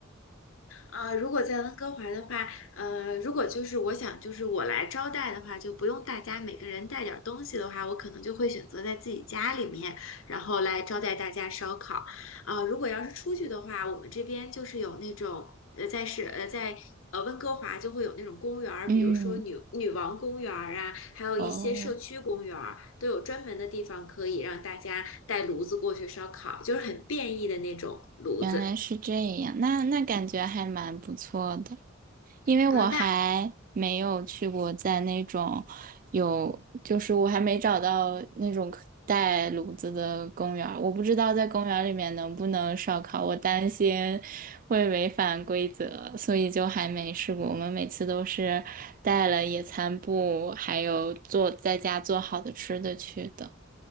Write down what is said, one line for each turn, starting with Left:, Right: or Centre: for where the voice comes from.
Left: 啊、如果在温哥华的话，呃，如果就是我想就是我来招待的话，就不用大家每个人带点儿东西的话，我可能就会选择在自己家里面，然后来招待大家烧烤。啊、如果要是出去的话，我们这边就是有那种呃，在是呃在呃温哥华就会有那种公园儿，
Right: 嗯，
Left: 比如说女女王公园儿啊，还有一些社区公园儿，
Right: 哦，
Left: 都有专门的地方可以让大家带炉子过去烧烤，就是很便宜的那种炉子。
Right: 原来是这样，那那感觉还蛮不错的。因为我还没有去过在那种有，
Left: 呃，那
Right: 就是我还没找到那种可带炉子的公园儿我不知道在公园儿里面能不能烧烤，我担心会违反规则，所以就还没试过。我们每次都是带了野餐布，还有做在家做好的吃的去的，